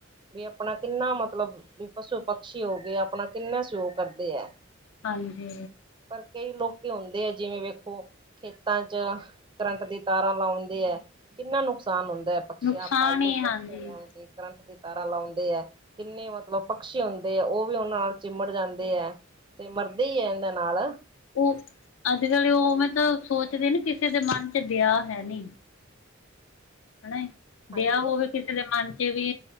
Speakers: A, on the right; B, on the left.
A: ਵੀ ਆਪਣਾ ਕਿੰਨਾ ਮਤਲਬ ਵੀ ਪਸੂ ਪਕਸ਼ੀ ਹੋ ਗੇ, ਆਪਣਾ ਕਿੰਨਾ ਸਯੋਗ ਕਰਦੇ ਐ।
B: ਹਾਂਜੀ।
A: ਪਰ ਕਈ ਲੋਕੀ ਹੁਨਦੇ ਐ ਜਿਵੇਂ ਵੇਖੋ ਖੇਤਾਂ 'ਚ ਕਰੰਟ ਦੀ ਤਾਰਾਂ ਲਾਉਂਦੇ ਐ ਕਿੰਨਾ ਨੁਕਸਾਨ ਹੁੰਦੈ। ਪਕਛੀਆਂ
B: ਨੁਕਸਾਨ
A: ਪਾਲਤੂ
B: ਹੀ
A: <unintelligible> ਆਂ
B: ਹਾਂਜੀ
A: <unintelligible> ਲਾਉਣ ਦੇ ਕਰੰਟ ਦੀ ਤਾਰਾਂ ਲਾਉਂਦੇ ਐ ਕਿੰਨੇ ਮਤਲਬ ਪਕਸ਼ੀ ਹੁੰਦੇ ਐ ਓ ਵੀ ਓਨ ਨਾਲ ਚਿਮੜ ਜਾਂਦੇ ਐ। ਤੇ ਮਰਦੇ ਈ ਐ ਉਨ੍ਹਾਂ ਨਾਲ
B: ਓ ਅੱਜ ਕੱਲ ਓ ਮਤਲਬ ਸੋਚਦੇ ਨੇ ਕਿਸੇ ਦੇ ਮਨ ਚ ਦਆ ਹੈ ਨੀ। ਹਨਾ ਏ ਦਆ
A: ਹਾਂਜੀ
B: ਹੋਵੇ ਕਿਸੇ ਕਿਸੇ ਦੇ ਮਨ ਚ ਵੀ,